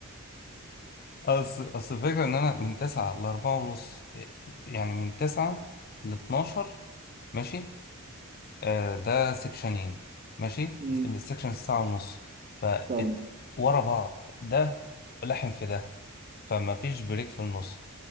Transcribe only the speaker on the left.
اصل اصل الفكره ان انا من 9 ل 4 ونص يعني من 9 ل 12 ماشي آه ده سكشنين ماشي
السكشن ساعه ونص ف
ورا بعض ده لحم في ده فما فيش بريك في النص